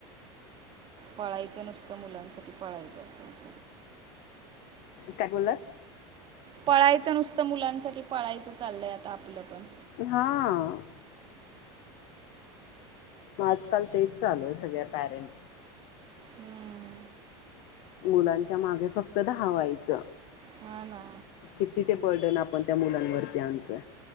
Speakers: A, on the right; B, on the left.
A: पळायचं नुसतं मुलांसाठी पळायचं असं.
B: काय बोललात?
A: पळायचं नुसतं मुलांसाठी पळायचं चाललंय आता आपलं पण.
B: हां. मग आजकाल तेच चालू आहे सगळ्या पॅरेंट
A: हम्म,
B: मुलांच्या मागे फक्त धावायच.
A: हा ना.
B: किती ते बर्डन आपण त्या मुलांवरती आणतोय.